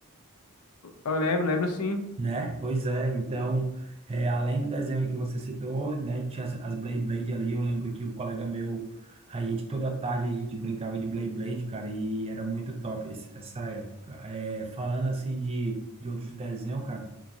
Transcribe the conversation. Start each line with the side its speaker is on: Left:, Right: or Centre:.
Left: Eu lembro, lembro sim.
Right: Né? Pois é, então, é, além do desenho aí que você citou, né, tinha as as Beyblade ali, eu lembro que o colega meu, a gente toda tarde a gente brincava de Beyblade, cara, e era muito top esse- essa época. É, falando assim de, de outros desenhos, cara,